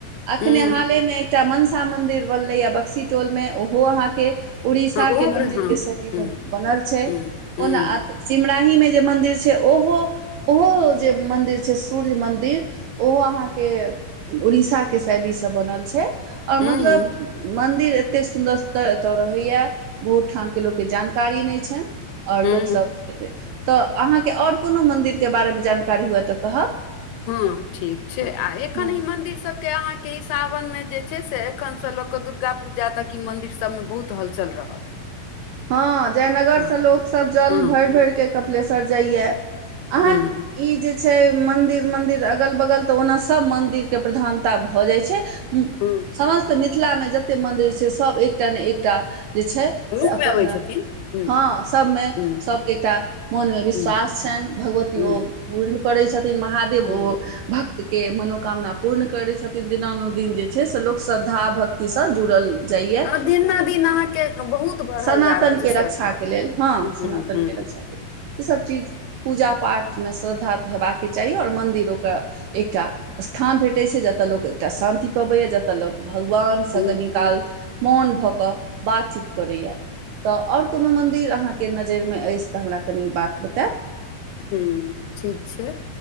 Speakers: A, on the right; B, on the left.
A: अखने
B: हूँ
A: हाल मे एकटा मनस मंन्दिर बनलै या बक्सी टोल मे ओहो अहाँके उड़ीसाके
B: हँ ओहो
A: मन्दिरके
B: पर हँ
A: शैली
B: हूँ
A: पर बनल छै
B: हूँ हूँ
A: ओना सिमराहीमे जे मन्दिर छै ओहो ओहो जे मन्दिर छै सूर्य मन्दिर ओहो अहाँके उड़ीसा के शैली से बनल छै और
B: हूँ
A: मतलब मंदिर एतेक सुन्दर सुन्दर रहैया बहुत ठाम के लोकके जानकारी नहि छनि आओर लोक
B: हूँ
A: सब तऽ अहाँके आओर कोनो मन्दिरके बारेमे जानकारी हुए तऽ कहब
B: हँ ठीक छै आ एखन
A: हँ
B: ई मंदिर सब के अहाँ के ई सावन में जे छै से एखन से ल के दुर्गा पूजा तक ई मंदिर सब मे बहुत हल चल रहत
A: हँ जयनगरसँ
B: हँ
A: लोकसभ जल
B: हँ
A: भरि भरि के कपिलेश्वर जाइए
B: हूँ
A: अहाँ ई जे छै मन्दिर मन्दिर अगल बगल तऽ ओना सब मन्दिरके प्रधानता भऽ जाइ छै
B: हूँ
A: समस्त मिथिलामे जते मन्दिर छै सब एकटा ने एकटा जे छै
B: रूपमे
A: से अपन
B: अबै छथिन हूँ
A: हँ सबमे
B: हूँ
A: सबके एकटा मोनमे विश्वास
B: हूँ
A: छनि भगवती
B: हूँ
A: ओ पूर्ण करै छथिन महादेव
B: हूँ
A: ओ भक के मनोकामना पूर्ण करै छथिन दिनानुदिन जे छै से लोक श्रद्धा भक्तिसँ जुड़ल जाइए
B: आ दिना दिनाअहाँके बहुत बढ़ल
A: सनातनके
B: जा रहल छै सर
A: रक्षाके
B: हँ
A: लेल हँ
B: हूँ हूँ
A: सनातनके
B: हूँ
A: रक्षाके लेल ईसभ चीज पूजा पाठमे श्रद्धा तऽ हेबाक चाही आओर मन्दिर ओकरा एकटा स्थान भेटैत छै जतय लोक एकटा शान्ति पबैया जतय लोक भगवान स
B: हूँ
A: कनि काल मोन भऽ कऽ बातचीत करैया तऽ आओर कोनो मन्दिर अहाँके नजरिमे अछि तऽ हमरा कनि बात बताउ
B: हूं ठीक छै